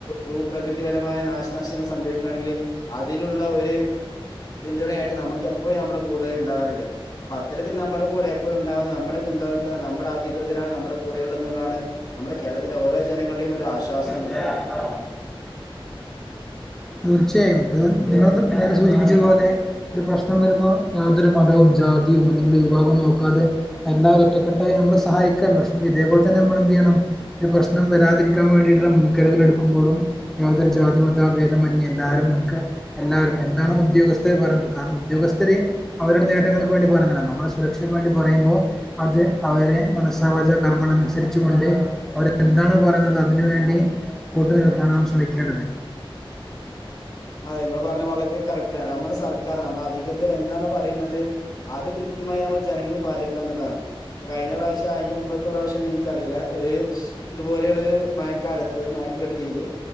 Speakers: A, on the left; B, in the centre.
A: ഭൂപ്രകൃതിപരമായ നാശനഷ്ടങ്ങൾ സംഭവിക്കുകയാണെങ്കിൽ അതി ഇതിനുള്ള ഒരു പിന്തുണയായിട്ട് നമുക്ക എപ്പോഴ നമ്മുടെ കൂടെ ഉണ്ടാവാറുണ്ട് അപ്പൊ അത്തരത്തിൽ നമ്മുടെ കൂടെ എപ്പോഴ ഉണ്ടാവുന്ന നമ്മള പിന്തുണക്കുന്ന നമ്മുടെ അധികൃതരാണ് നമ്മുടെ കൂടെ ഉണ്ടന്നുള്ളതാണ് നമ്മുടെ കേരത്തിലെ ഓരോ ജനങ്ങളുടെയും ഒരു ആശ്വാസം എന്നുള്ളത്
B: അ <inaudible> തീർച്ചയായും ഇത് നിങ്ങളൾ നേരെ സൂചിപ്പിച്ചതുപോലെ ഒരു പ്രശ്നം വരുമ്പോൾ യാതൊരു മതവും ജാതി അല്ലെങ്കലും വിഭാഗവും നോക്കാതെ എല്ലാവും ഒറ്റെട്ടായി നമ്മെ സഹായിക്കന്നുണ്ട് പക്ഷേ ഇതേപോലെ തന്നെ നമ്മൾ എന്ത് ചെയ്യണം ഒരു പ്രശ്നം വരാതിരിക്കാൻ വേണ്ടിയിട്ടുള്ള മുൻകരുതൽ എടുക്കുമ്പോഴും യാതൊരു ജാതി മത ഭേദ മന്ന എല്ലാവരുംൻക്ക് എല്ലാവരും എന്താണെ ഉദ്യോഗസ്ഥർ പറയുന്നത് കാരണം ഉദ്യോഗസ്ഥരെ അവരുടെ നേട്ട ട്ടങ്ങൾക് വേണ്ടി പറയനാണ് നമ്മളെ സുരക്ഷക്ക് വേണ്ടി പറയുമ്പോ അത് അവരെ മനസ വാജ കർമണാ അനുസരിച് കൊണ്ട് <unintelligible> അവർ എന്താണ് പറയുന്നത് അതിന് വേണ്ടി കൂട്ടു നിൽക്കാനണ് ശ്രമിക്കേണ്ടത്
A: അതെ നിങ്ങള്പറഞ്ഞത് വളരെ കറക്റ്റ് ആണ് നമ്മുടെ സർക്കാർ നമ്മെ അധികൃതർ എന്താണ് പറയുന്നത് അത് കൃത് കൃത്യമായി നമ്മൾ ജനങ്ങൾ പാലിക്ക എന്നുള്ളതാണ് പ്പൊ കഴിഞ്ഞ പ്രാവശ്യം അതിന്റെ മുമ്പത്തെ പ്രാവശ്യം നിനക്ക്റിയില്ല ഒരു ഇത്പോലെയുള്ള ഒരു മഴക്കാലത്ത് മഴ ഴക്കെടുതീല്